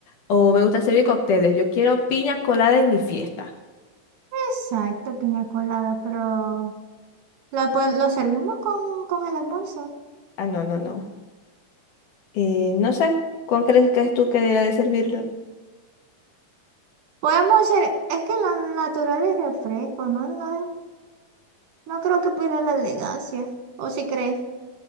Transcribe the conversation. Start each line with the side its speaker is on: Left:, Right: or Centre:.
Left: o me gusta servir cócteles. Yo quiero piña colada en mi fiesta.
Right: Exacto, piña colada, pero ¿la po- ¿lo, servimos con, con el almuerzo?
Left: Ah, no, no, no. Eh, no sé, ¿cuál crees que es tú que debería de servirlo?
Right: Podemos hacer, es que lo natural es refresco, ¿no? No, no creo que pierda la elegancia. O si crees,